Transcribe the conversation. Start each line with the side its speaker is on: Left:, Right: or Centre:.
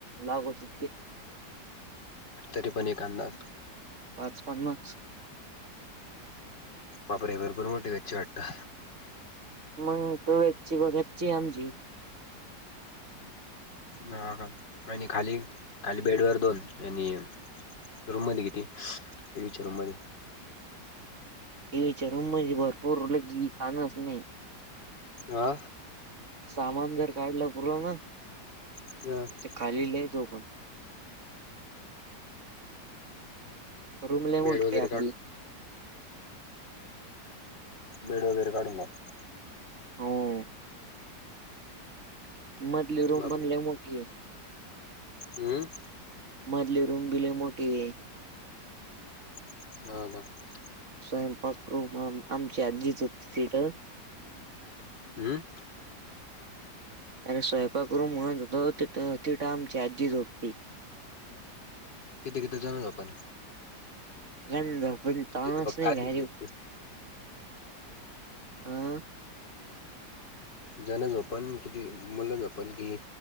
Right: लागू शतके.
Left: तरीपण एक अंदाज.
Right: पाच, पन्नास.
Left: बापरे! भरपूर मोठी गच्ची आहे वाटतं.
Right: मग तूयाशी गच्ची आमची.
Left: ह का आणि खाली खाली- बेड वर दोन आणि रूम मध्ये किती? टीव्हीच्या रूम मध्ये.
Right: टीव्हीच्या रूम मध्ये भरपूर ताणच नाही.
Left: हा.
Right: सामान जर काढलं पुर्ण ना.
Left: तर <unintelligible>
Right: खाली लय झोपण. रूम लय
Left: बेड
Right: मोठी
Left: वगैरे
Right: आहे आपली.
Left: काढून बेड वगैरे काढू मग.
Right: हो. मधली रूम
Left: बापरे
Right: पण लय मोठी आहे.
Left: हम्म
Right: मधली रूम बि लय मोठी आहे.
Left: <inaudible>
Right: स्वयंपाक रूम आमची आजी झोपती तिथं
Left: हम्म
Right: अरे स्वयंपाक रूम म्हणत होतो तिथं आमची आजी झोपती.
Left: तिथं किती जण झोपता
Right: गंज झोपा ताणच
Left: तिथे फक्त
Right: नाही
Left: आजीच
Right: रे
Left: झोपते.
Right: हा
Left: जाण झोपल किती मुललं झोपल की